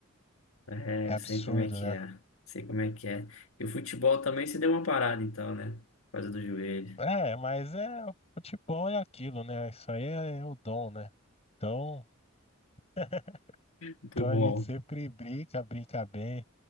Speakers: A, on the left; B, on the left.
A: É,
B: é absurdo,
A: sei como é que
B: né?
A: é. Sei como é que é. E o futebol também se deu uma parada, então, né? Por causa do joelho.
B: É, mas é, o futebol é aquilo, né? Isso aí é o dom, né? Então, <laughs>
A: Muito
B: então
A: bom.
B: a gente sempre brinca, brinca bem.